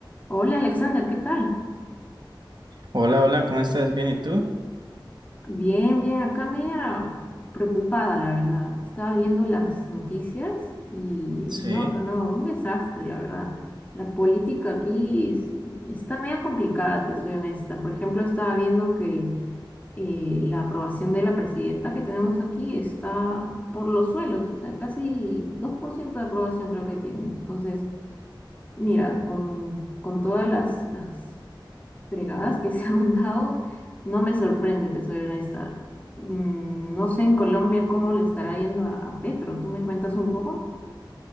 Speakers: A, on the left (about 20°); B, on the right (about 60°).
A: Hola Alexander, ¿qué tal?
B: Hola, hola, ¿cómo estás? ¿Bien? ¿Y tú?
A: Bien, bien, acá media preocupada, la verdad. Estaba viendo las noticias y
B: Sí.
A: no, no, no, un desastre, la verdad. La política aquí es- está media complicada, te soy honesta. Por ejemplo, estaba viendo que eh, la aprobación de la presidenta que tenemos aquí está por los suelos, o sea, casi 2% de aprobación creo que tienen. Entonces, mira, con, con todas las, las fregadas que se ha <laughs> mandado, no me sorprende, te soy honesta. Mm, No sé en Colombia cómo le estará yendo a, a Petro. ¿Tú me cuentas un poco?